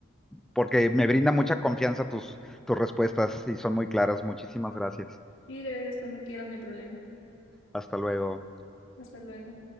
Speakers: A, in the centre; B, on the left (about 60°).
A: porque me brinda mucha confianza tus, tus respuestas y son muy claras. Muchísimas gracias.
B: Y gracias cuando quieras, no hay problema.
A: Hasta luego.
B: Hasta luego.